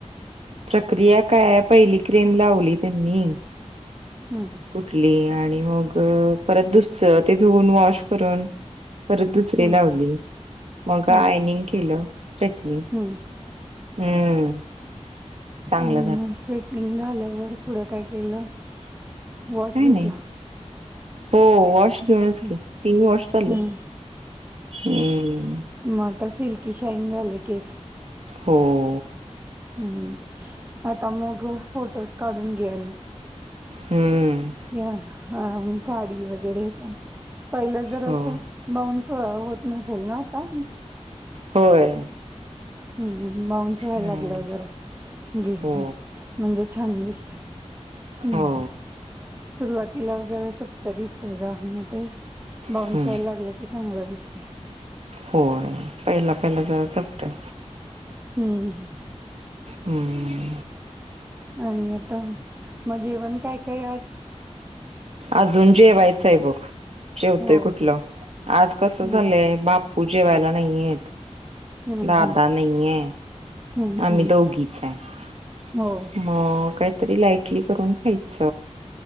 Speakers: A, on the right; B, on the right.
A: प्रक्रिया काय पहिली क्रीम लावली त्यांनी
B: हम्म.
A: ठली आणि मग परत दुस ते धुन वॉश करून परत दुसरे
B: हम्म
A: लावली मग
B: हम्म
A: आयनिंग केलं स्ट्रेटनिंग
B: हम्म
A: हम्म चांगलं
B: हम्म
A: झालं
B: स्ट्रेटनिंग झाल्यावर पुढं काय केलं वॉश
A: काय
B: घेतला.
A: नाही हो वॉश घेऊनच
B: हं,
A: की तीन वॉश चालेय
B: हं,
A: हम्म
B: म आता सिल्की शाईन झाले केस
A: हो.
B: हम्म आता मग फोटोज काढून घ्या आणि
A: हम्म.
B: या हा जाडी वगैरे च्या पहिलं जर
A: हो
B: असं बाउन्स होत नसेल ना आता
A: होय.
B: हम् बाउन्स व्हायला
A: नाही
B: लागलावर जरा जी
A: हो
B: म्हणजे छान दिसत हम्म
A: हो
B: सुरुवातीला जरा चपट्या दिसतय का म ते बाऊनस
A: हम्म
B: व्हायला लागलं की चांगलं दिसतय
A: होय पहिला पहिला जरा चपटय
B: हम्म
A: ह
B: आणि तर मग जेवण काय काय आज
A: अजून जेवायच साहेबक जेवतोय
B: होय.
A: कुठलं आज कस
B: हम्म
A: झालंय बाप पूजे व्हायला नाहीयेत
B: हम्म
A: दादा
B: हम्म
A: नाहीये
B: हम्म
A: आम्ही
B: हम्म
A: दोघीच आहे
B: होय.
A: मग काहीतरी लाईट कटली करून खायच